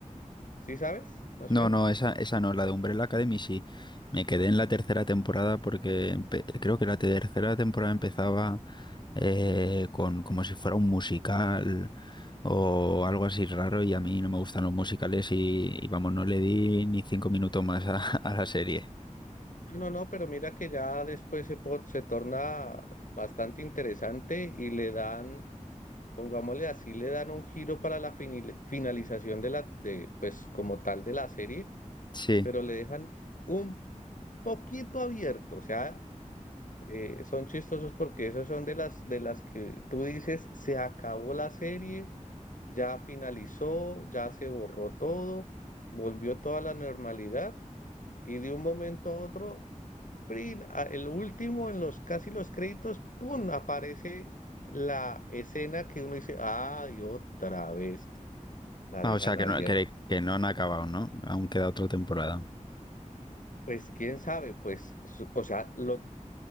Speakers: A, on the left; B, on the left.
A: ¿Sí sabes? Más
B: No,
A: o menos.
B: no, esa, esa no, la de Umbrella Academy sí. Me quedé en la tercera temporada porque empe- creo que la tercera temporada empezaba eh, con como si fuera un musical o algo así raro y a mí no me gustan los musicales y, y vamos, no le di ni cinco minutos más a, <laughs> a la serie.
A: Ah, No, no, pero mira que ya después se, po- se torna bastante interesante y le dan, pongámosle así, le dan un giro para la finil- finalización de la, de, pues como tal de la serie,
B: Sí.
A: pero le dejan un poquito abierto, o sea, eh, son chistosos porque esos son de las, de las que tú dices, se acabó la serie, ya finalizó, ya se borró todo, volvió toda la normalidad y de un momento a otro prin, a- el último, en los casi los créditos, ¡pum! aparece la escena que uno dice, ay, otra vez, la
B: Ah,
A: dejan
B: o sea, que
A: abierta.
B: no, que, que no han acabado, ¿no? Aún queda otra temporada.
A: Pues quién sabe, pues, su- o sea, lo